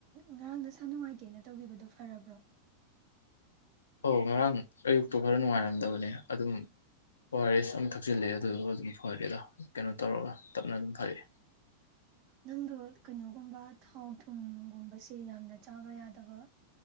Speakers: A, on the right; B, on the left.
A: ꯉꯔꯥꯡ ꯅꯁꯥ ꯅꯨꯡꯉꯥꯏꯇꯦꯅ ꯇꯧꯈꯤꯕꯗꯨꯣ ꯐꯔꯕ꯭ꯔꯣ
B: ꯑꯣ ꯉꯔꯥꯡ ꯑꯌꯨꯛꯇꯨ ꯈꯔ ꯅꯨꯡꯉꯥꯏꯔꯝꯗꯕꯅꯦ ꯑꯗꯨꯝ ꯑꯣ ꯑꯥꯔ ꯑꯦꯁ ꯑꯃꯝ ꯊꯛꯆꯤꯂꯑꯦ ꯑꯗꯨꯗꯨ ꯑꯗꯨꯝ ꯐꯔꯦꯗ ꯀꯩꯅꯣ ꯇꯧꯔꯒ ꯇꯞꯅ ꯑꯗꯨꯝ ꯐꯔꯛꯑꯦ
A: ꯅꯪꯗꯣ ꯀꯩꯅꯣꯒꯨꯝꯕ ꯊꯥꯎ ꯊꯨꯝꯒꯨꯝꯕꯁꯦ ꯌꯥꯝꯅ ꯆꯥꯕ ꯌꯥꯗꯕ